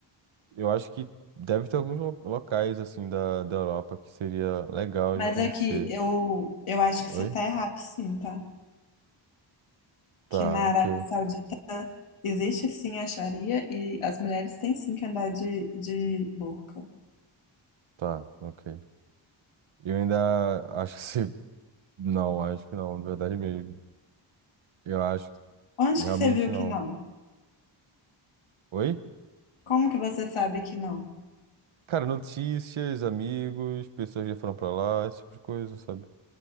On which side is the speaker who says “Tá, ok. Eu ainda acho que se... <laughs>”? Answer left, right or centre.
Right